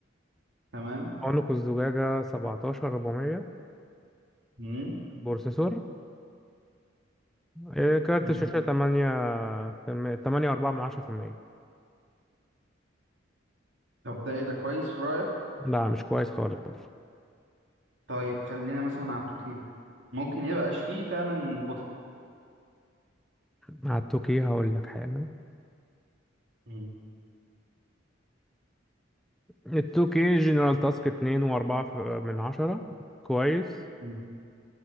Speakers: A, on the right; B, in the centre.
A: تمام
B: عنق الزجاجة 17 400
A: مم.
B: بروسيسور آه، كارت
A: مم.
B: الشاشة 8 في المية 8 4 من 10 في المية
A: طب ده ايه ده كويس في رايك
B: لا مش كويس خالص برضه
A: طيب خلينا مثلا على 2K ممكن يبقاش فيه فعلا بطل
B: مع التوكي هقول لك حاجة
A: مم.
B: التوكي جنرال تاسك اتنين وأربعة في- من عشرة كويس
A: مم.